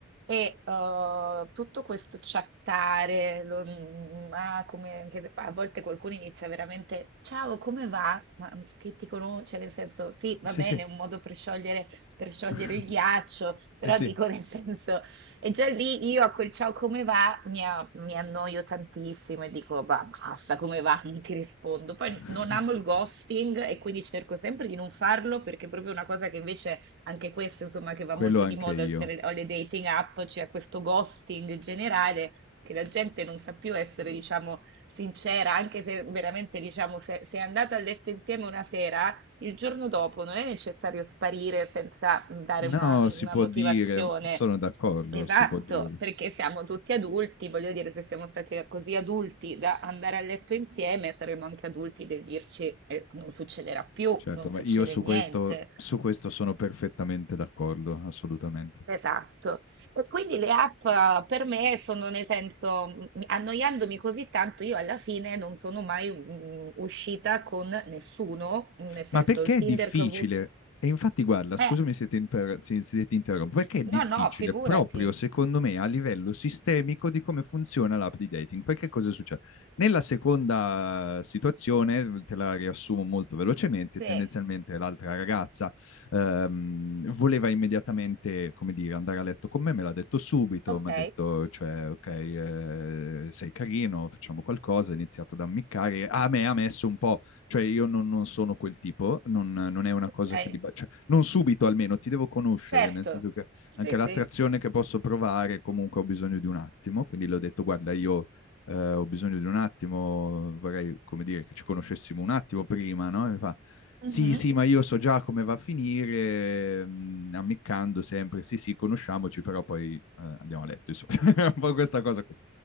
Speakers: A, on the right; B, on the left.
A: e eh, tutto questo chattare, lo- mm, ah, come, anche se a volte qualcuno inizia veramente, ciao, come va? Ma mhmm, che ti conosce, cioè, nel senso sì, va
B: sì,
A: bene,
B: sì,
A: è un modo per sciogliere, per sciogliere
B: <laughs>
A: il ghiaccio, però
B: sì, sì.
A: dico nel senso... E già lì io a quel ciao come va mi, a- mi annoio tantissimo e dico, va, basta, come va? <laughs> Non ti rispondo. Poi
B: <laughs>
A: non amo il ghosting e quindi cerco sempre di non farlo perché è proprio una cosa che invece anche questo, insomma, che va
B: Quello
A: molto
B: anche
A: di moda
B: io.
A: oltre alle dating app, c'è questo ghosting generale che la gente non sa più essere, diciamo, sincera, anche se veramente, diciamo, se, se è andato a letto insieme una sera, il giorno dopo non è necessario sparire senza dare
B: No,
A: una,
B: si
A: una
B: può
A: motivazione.
B: dire, sono d'accordo,
A: Esatto,
B: si può dire.
A: perché siamo tutti adulti, voglio dire, se siamo stati così adulti da andare a letto insieme, saremo anche adulti del dirci eh, non succederà più,
B: Certo,
A: non succede
B: ma io su
A: niente.
B: questo, su questo sono perfettamente d'accordo, assolutamente.
A: Esatto. E quindi le app eh, per me sono nel senso, m- annoiandomi così tanto, io alla fine non sono mai mm, uscita con nessuno, nel senso
B: Ma perché
A: il Tinder
B: è difficile?
A: che ho avuto.
B: E infatti, guarda, scusami
A: eh,
B: se ti, inter- se- se ti interrompo, perché è difficile
A: No, no, figurati.
B: proprio secondo me a livello sistemico di come funziona l'app di dating? Perché cosa succede? Nella seconda situazione, te la riassumo molto velocemente,
A: Sì,
B: tendenzialmente l'altra ragazza ehm, voleva immediatamente, come dire, andare a letto con me, me l'ha detto subito,
A: ok,
B: mi ha detto, cioè, ok, eh, sei carino, facciamo qualcosa, ha iniziato ad ammiccare, a me ha messo un po' Cioè io non, non sono quel tipo, non, non è una cosa
A: ok,
B: che... Diba- cioè, non subito almeno, ti devo conoscere,
A: certo.
B: nel senso che
A: Sì,
B: anche
A: sì.
B: l'attrazione che posso provare comunque ho bisogno di un attimo, quindi le ho detto guarda io eh, ho bisogno di un attimo, vorrei, come dire, che ci conoscessimo un attimo prima, no? E mi fa,
A: Mhm.
B: sì, sì, ma io so già come va a finire, mm, ammiccando sempre, sì, sì, conosciamoci, però poi eh, andiamo a letto, insomma, <laughs> un po' questa cosa qui.